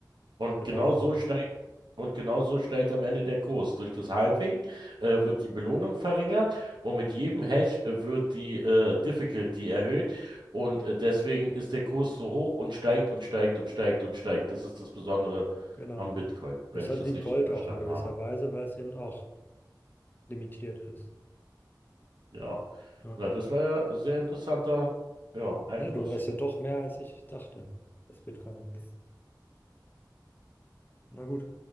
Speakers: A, on the right; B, on the left.
A: Und
B: Und
A: genau
B: darum
A: so
B: geht's.
A: steigt, und genau so steigt am Ende der Kurs. Durch das Halving äh, wird die Belohnung verringert und mit jedem Hash äh, wird die äh, Difficulty erhöht. Und äh, deswegen ist der Kurs so hoch und steigt und steigt und steigt und steigt. Das ist das Besondere
B: Genau.
A: am Bitcoin, wenn
B: Das ist
A: ich
B: halt
A: das
B: wie
A: richtig
B: Gold
A: verstanden
B: auch in gewisser
A: habe.
B: Weise, weil es eben auch limitiert ist.
A: Ja,
B: Ja.
A: na, das war ja ein sehr interessanter, ja, Einfluss.
B: Ja, du weißt ja doch mehr, als ich dachte, was Bitcoin angeht. Na gut,